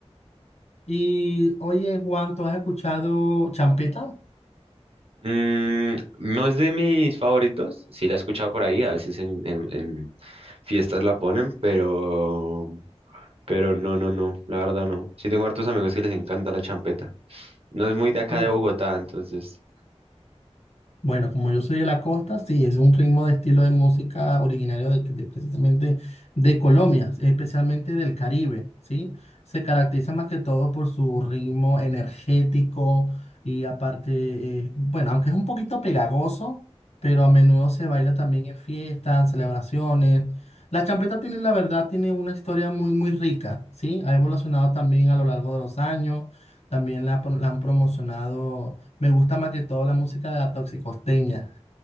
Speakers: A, on the left; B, on the right.
A: Y oye, Juan, ¿tú has escuchado champeta?
B: Mm, no es de mis favoritos, sí la he escuchado por ahí, a veces en, en- en fiestas la ponen, pero, pero no, no, no, la verdad no. Sí tengo hartos amigos que les encanta la champeta. No es muy de acá
A: Sí.
B: de Bogotá, entonces...
A: Bueno, como yo soy de la costa, sí, es un ritmo de estilo de música originario de, de precisamente de Colombia, especialmente del Caribe, ¿sí? Se caracteriza más que todo por su ritmo energético y aparte, eh, bueno, aunque es un poquito pegagoso, pero a menudo se baila también en fiestas, en celebraciones. La champeta tiene, la verdad, tiene una historia muy, muy rica, ¿sí? Ha evolucionado también a lo largo de los años, también la, pro- la han promocionado me gusta más que todo la música de la toxicosteña.